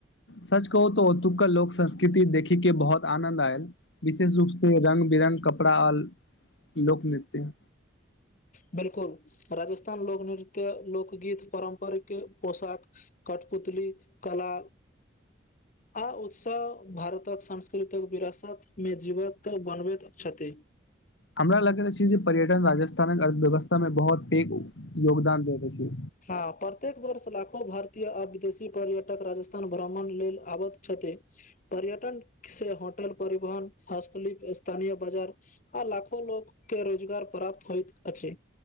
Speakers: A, on the left; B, on the left.
A: सच कहू त ओतुका लोक संस्कृति देखी के बहुत आनंन्द आयल। विशेष रूप से रङंग बिरङ्ग कपड़ा आ लोकनृत्य
B: बिलकुल राजस्थान लोक नृत्य, लोकगीत, पारम्परिक पोशाक कठपुतली कला आ उत्साह भारतक सांस्कृतिक विरासतमे जीवंत बनबैत छथि।
A: हमरा लगैत अछि जे पर्यटन राजस्थानक अर्थव्यवस्थामे बहुत पैघ योगदान द रहल अछि।
B: हँ प्रत्येक वर्ष लाखो भारतीय आ विदेशी पर्यटक राजस्थान भ्रमण लेल आबैत छथि। पर्यटन से होटल, परिवहन, हस्तशिल्प, स्थानीय बाजार आ लाखो लोक के रोजगार प्राप्त होइत अछि।